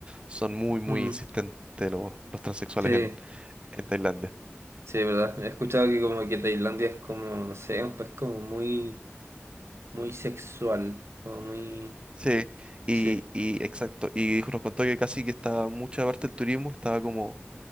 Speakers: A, on the right (about 25°); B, on the right (about 75°).
A: son muy, muy
B: mm.
A: insistentes los, los transexuales
B: Sí,
A: en, en Tailandia.
B: sí, verdad. He escuchado que como que Tailandia es como, no sé, un país como muy, muy sexual, como muy...
A: Sí, y,
B: Sí.
A: y exacto, y dijo- nos contó que casi que estaba mucha parte del turismo, estaba como